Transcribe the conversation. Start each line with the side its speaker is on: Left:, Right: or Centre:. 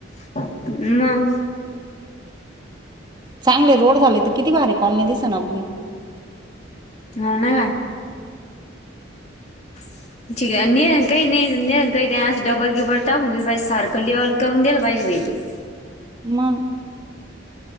Left: <unintelligible>
Right: चांगले रोड झाले, तर किती भारी कॉलनी दिसन आपली
Left: हा, ना
Right: <inaudible>
Left: <unintelligible>
Right: मग,